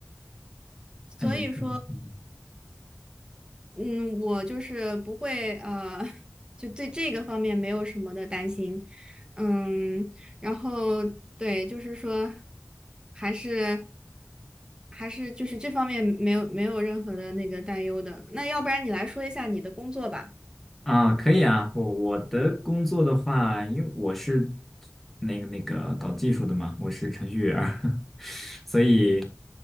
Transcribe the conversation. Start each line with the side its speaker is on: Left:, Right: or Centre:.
Right: 所以说，
Centre: 嗯，你说嗯
Right: 嗯，我就是不会呃，<laughs> 就对这个方面没有什么的担心，嗯，然后对，就是说，还是还是就是这方面没有没有任何的那个担忧的。那要不然你来说一下你的工作吧，
Centre: 啊，可以啊，我我的工作的话，因为我是那个那个搞技术的嘛，我是程序员儿，<laughs> 所以